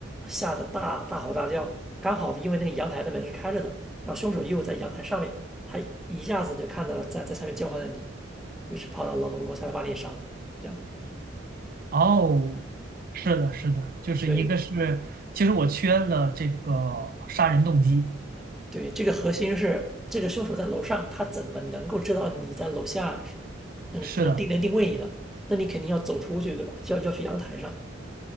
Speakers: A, in the centre; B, on the right (about 45°).
A: 吓得大大吼大叫。刚好因为那个阳台的门是开着的，然后凶手又在阳台上面，他一下子就看到了在在下面叫唤的你，于是跑到楼楼楼下来把你也杀了。这样的，
B: 哦，是的，是的，就是一个是，
A: 对
B: 其实我缺了这个杀人动机，
A: 对，这个核心是这个凶手在楼上，他怎么能够知道你在楼下是能能定能定位你的？
B: 是的，
A: 那你肯定要走出去，对吧？就要要去阳台上，